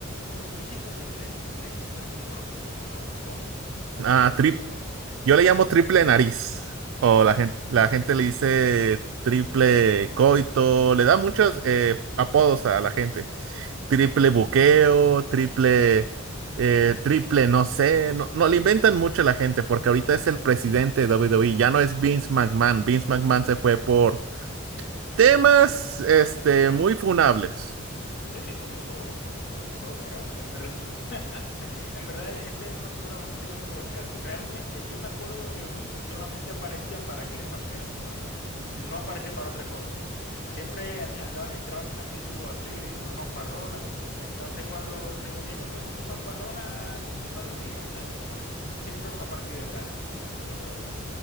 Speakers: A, on the left; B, on the right.
A: ¿Qué, qué se hizo de Triple H? Triple H se retiró, pero hace mucho, ¿no? Supongo.
B: Ah,
A: Porque son como...
B: Yo le llamo triple nariz. O la gente, la gente le dice triple coito. Le da muchos eh, apodos a la gente. Triple
A: <laughs> Ujú.
B: buqueo, triple, eh, triple no sé. No, no, le inventan mucho a la gente porque ahorita es el presidente de WWE. Ya no es Vince McMahon. Vince McMahon se fue por temas este, muy funables.
A: Sí, oh. Oh, mira, en verdad, <laughs> en verdad esa era una figura bastante controversial. Realmente yo me acuerdo que Vince solamente aparecía para que le partieran su madre. No aparecía para otra cosa. Siempre an- andaba, entraba con una actitud así, todo fanfarrona. Entonces cuando se metía con su actitud fanfarrona con quien no debía, eh, ¡fua! siempre era una partida de cara. Eh, pero